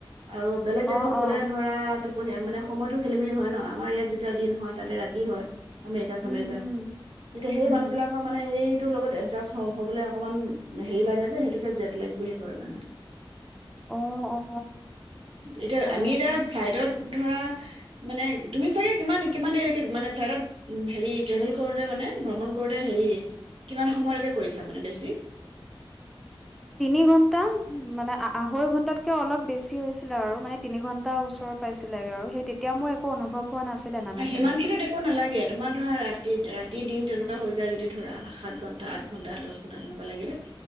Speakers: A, on the right; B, in the centre.
A: আৰু বেলেগ দেশত
B: অ অ
A: গ'লে ধৰা তোপ পনি মানে সময়টো খেলি মেলি হয় ন আমাৰ ইয়াত যেতিয়া দিন হয় তাতে ৰাতি হয়। আমেৰিকা চামেৰিকা,
B: উম উম
A: তেতিয়া সেই
B: উম
A: মানুহবিলাক কৰ মানে সেইটোৰ লগত এডজাষ্ট হ হ'বলৈ অকনমান হেৰি লাগে যে সেইটোকে জেটলেগ বুলি কয় মানে।
B: অ অ
A: এতিয়া
B: অ
A: আমি এতিয়া ফ্লাইটত ধৰা মানে তুমি চাগে কিমান কিমান দেৰিলৈকে মানে ফ্লাইটত উম হেৰি ট্ৰেভেল কৰোঁতে মানে ভ্ৰমণ কৰোঁতে হেৰি কিমান সময়লৈকে কৰিছা মানে বেছি।
B: তিনি ঘন্টা মানে আঢ়ৈ ঘন্টাতকে অলপ বেছি হৈছিলে আৰু মানে তিনি ঘন্টা ওচৰত। পাইছিলেগে আৰু সেই তেতিয়া মই একো অনুভৱ হোৱা নাছিলে নামি
A: নাই সিমান
B: পেলাই
A: খিনিত একো নালাগে তোমাৰ ধৰা ৰাতি, ৰাতি দিন তেনেকুৱা হৈ যায় যদি ধৰা। সাত ঘন্টা, আঠ ঘন্টা, দছ ঘন্টা তেনেকুৱা লাগিলে